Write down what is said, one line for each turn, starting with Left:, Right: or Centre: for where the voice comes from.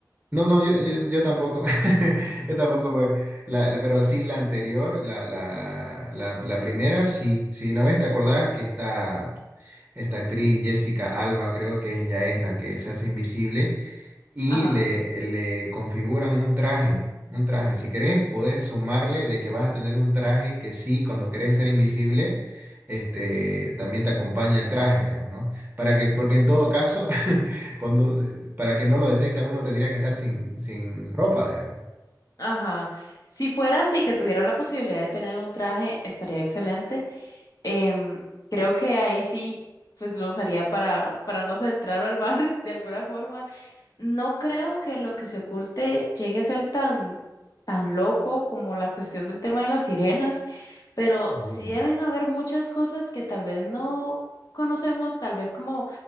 Right: No, no, yo, yo, yo tampoco. <laughs> Yo tampoco, porque la- la- pero sí la anterior, la, la, la, la primera, sí. Sí, ¿no ves? ¿Te acordás que está esta actriz Jessica Alba, creo que ella es la que se hace invisible? y
Left: Ajá,
Right: le, le configuran un traje, un traje. Si querés, podés sumarle de que vas a tener un traje que sí, cuando querés ser invisible, este, también te acompaña el traje, digamos, ¿no? Para que, porque en todo caso, <laughs> cuando, para que no lo detecte uno tendría que estar sin, sin ropa, digamos.
Left: ajá. Si fuera así, que tuviera la posibilidad de tener un traje, estaría excelente. Em, creo que ahí sí, pues lo usaría para, para no entrar al bar <laughs> de alguna forma. No creo que lo que se oculte llegue a ser tan, tan loco como la cuestión del tema de las sirenas, pero
Right: Uy.
Left: sí deben haber muchas cosas que tal vez no conocemos, tal vez como